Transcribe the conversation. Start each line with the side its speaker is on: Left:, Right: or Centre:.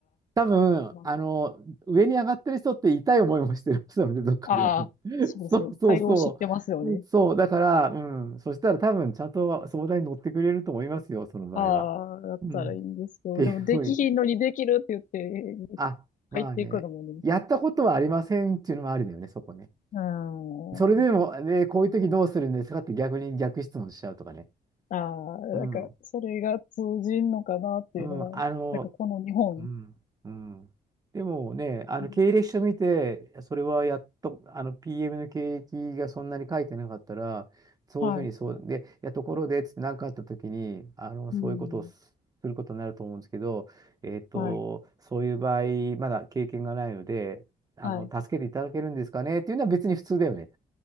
Right: 多分、
Left: あ、ま
Right: あの、上に上がってる人って痛い思いもしてる人なので、どっかで、
Left: あ、
Right: あの、
Left: ああ、
Right: <laughs>
Left: そうですね。
Right: そうそうそう、
Left: 対応知ってますよね。
Right: そう、だから、うん、そしたら多分、ちゃんと相談に乗ってくれると思いますよ、その場合は。
Left: ああ、だったらいいんですけど、
Right: うん。っていうふうに、
Left: でもできひんのにできるって言って、
Right: あ、
Left: 入っていくのもね、
Right: まあね、やったことはありませんっていうのもありだよね、そこね。
Left: うん、
Right: それでも、
Left: あ
Right: ね、こういう時どうするんですかって逆に逆質問しちゃうとかね。
Left: あ、なんか、
Right: うん。
Left: それが通じんのかなっていうのが、
Right: うん、あの、
Left: なんかこの日本、
Right: うん、うん。でもね、あの経歴書見て、
Left: うん
Right: それはやっと、あの PM の経歴がそんなに書いてなかったら、そういうふうにそう、
Left: はい、
Right: で、いや、ところで、つって何かあった時に、あの、そういうことをすすることになると思うんですけど、
Left: うん、
Right: えっと、
Left: はい、
Right: そういう場合、まだ経験がないので、あの、
Left: はい。
Right: 助けていただけるんですかねっていうのは別に普通だよね。